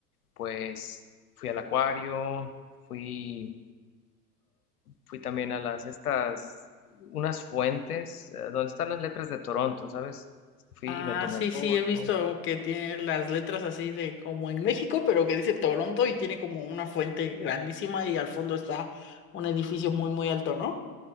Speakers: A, on the left; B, on the left.
A: pues fui al acuario, fui, fui también a las estas, unas fuentes, eh, donde están las letras de Toronto, ¿sabes? Fui,
B: Ah,
A: me tomé
B: sí,
A: foto.
B: sí, he visto que tiene las letras así de como en México, pero que dice Toronto y tiene como una fuente grandísima y al fondo está un edificio muy, muy alto, ¿no?